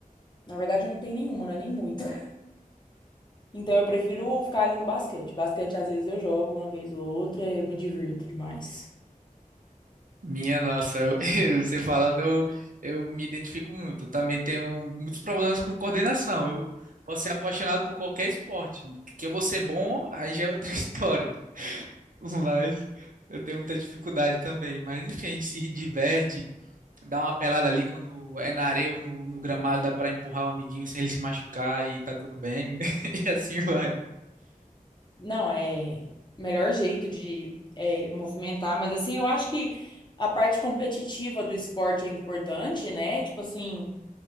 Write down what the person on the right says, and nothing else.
Minha nossa, eu- <laughs> você falando, eu, eu me identifico muito. Também tenho muitos problemas com coordenação. Eu posso ser apaixonado por qualquer esporte. Que eu vou ser bom, aí já é outra <laughs> história. Mas eu tenho muita dificuldade também. Mas enfim, a gente se diverte, dá uma pelada ali quando é na areia ou no, no gramado, dá pra empurrar o amiguinho sem ele se machucar e tá tudo bem. <laughs> E assim vai.